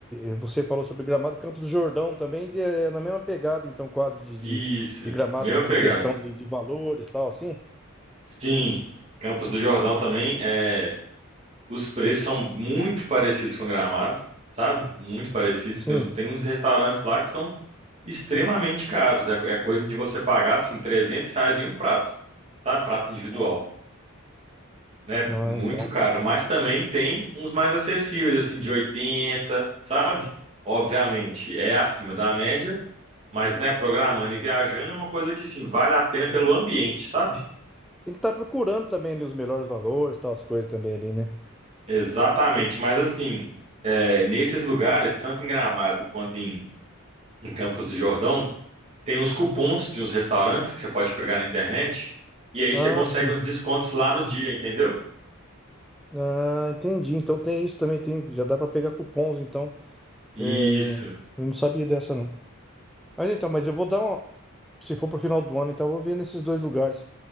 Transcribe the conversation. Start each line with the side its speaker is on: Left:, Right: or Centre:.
Centre: e você falou sobre Gramado, Campos do Jordão também é é na mesma pegada, então quase de, de,
Right: Isso,
Centre: de Gramado
Right: mesma
Centre: em
Right: pegada.
Centre: em questão de, de valores, tal, assim?
Right: Sim, Campos do Jordão também, é, os preços são muito parecidos com Gramado, sabe? Muito parecidos.
Centre: Sim.
Right: Tem, tem uns restaurantes lá que são extremamente caros. É, é coisa de você pagar assim 300 reais em um prato, sabe? Prato individual,
Centre: Bom.
Right: né?
Centre: Ah,
Right: Muito
Centre: então.
Right: caro. Mas também tem uns mais acessíveis, assim, de 80 sabe? Obviamente é acima da média, mas né, programando e viajando é uma coisa que sim, vale a pena pelo ambiente, sabe?
Centre: Tem que estar procurando também ali os melhores valores, tal, as coisas também ali, né?
Right: Exatamente.
Centre: Aí-
Right: Mas assim, é, nesses lugares, tanto em Gramado quanto em, em Campos do Jordão, Tem uns cupons de uns restaurantes que você pode pegar na internet. E aí
Centre: Ah,
Right: você consegue
Centre: sim.
Right: uns descontos lá no dia, entendeu?
Centre: Ah, entendi. Então tem isso também, tem, já dá para pegar cupons, então.
Right: Isso.
Centre: É, eu não sabia dessa, não. Mas então, mas eu vou dar uma. Se for pro final do ano, então eu vou ver nesses dois lugares.